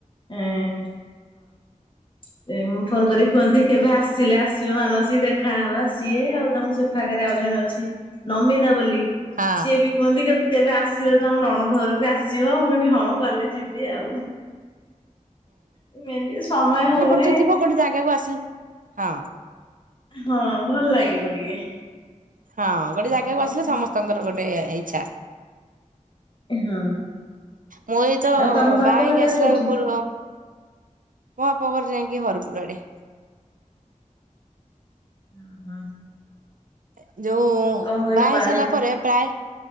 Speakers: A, on the left (about 40°); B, on the right (about 80°).
A: ହଁ। ସେ ଫୋନ କରିକି କୁହନ୍ତି କେବେ ଆସିଲେ ଆସିବ ମାନସି ଦେଖ ଖାଁ ବା ସିଏ ଆଉ ତୋମ ସେ ଫାଖରେ ଆଉ ଜଣେ ଅଛି ନମିତା ବୋଲି
B: ହଁ
A: ସିଏ ବି କୁହନ୍ତି କେତେ କେବେ ଆସିଲେ ତୋମ ନଣନ୍ଦ ଘରକୁ ଆସିବ, ମୁଁ କହିନି ହଁ ଗଲେ ଯି ବି ଆଉ ଏ ମେନ୍ ଟିକେ ସମୟ ହଉନ
B: ସେ ଥିବ ଗୋଟେ ଜାଗାକୁ ଆସିଲେ ହଁ,
A: ହଁ ଭଲ ଲାଗିବ ଟିକେ।
B: ହଁ ଗୋଟେ ଜାଗାକୁ
A: ଏଇଆ
B: ଆସିଲେ
A: ଆଉ।
B: ସମସ୍ତଙ୍କର ଗୋଟେ ଇଚ୍ଛା।
A: ଏ ହଁ।
B: ମୁଁ ଏଇ ତ
A: ଆଉ ତମ ବାପ
B: ବାହା
A: ଘରଟା
B: ହେଇକି ଆସିଲା
A: କୋଉଠି?
B: ପୁରବ ମୋ ବାପ ଘର ଯାଇଁକି ହରପୁଡ ଆଡେ।
A: ଅଁ, ହଁ।
B: ଏ ଯୋଉ
A: କଣ କହିଲ
B: ବାହା ହେଇ ସାରିଲା
A: ହେଇକି
B: ପରେ ପ୍ରାୟ